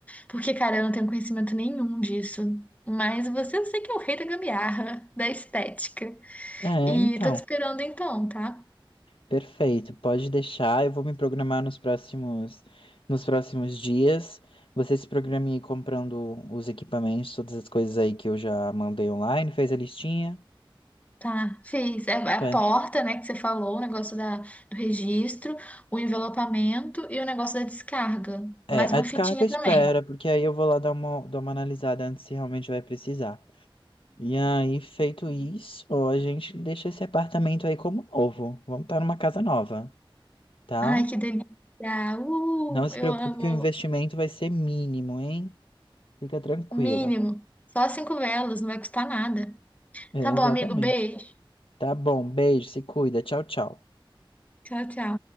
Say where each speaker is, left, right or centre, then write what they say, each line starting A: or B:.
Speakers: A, on the left (about 15°); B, on the left (about 70°).
A: Porque, cara, eu não tenho conhecimento nenhum disso. Mas você, eu sei que é o rei da gambiarra, da estética.
B: É,
A: E
B: então.
A: tô te esperando então, tá?
B: Perfeito, pode deixar. Eu vou me programar nos próximos, nos próximos dias. Você se programe aí comprando os equipamentos, todas as coisas aí que eu já mandei online, fez a listinha.
A: Tá, fiz. É A
B: Faz-
A: porta, né, que você falou, o negócio da, do registro, o envelopamento e o negócio da descarga.
B: É,
A: Mais
B: a
A: uma
B: descarga
A: fitinha
B: espera,
A: também.
B: porque aí eu vou lá dar uma, dar uma analisada antes se realmente vai precisar. E aí, feito isso, ó, a gente deixa esse apartamento aí como novo. Vamos estar numa casa nova, tá?
A: Ai, que delícia! Uh,
B: Não se
A: eu
B: preocupe
A: amo!
B: que o investimento vai ser mínimo, hein? Fica tranquila.
A: Mínimo. Só cinco velas, não vai custar nada.
B: É,
A: Tá
B: exatamente.
A: bom, amigo. Beijo.
B: Tá bom, beijo, se cuida. Tchau, tchau.
A: Tchau, tchau.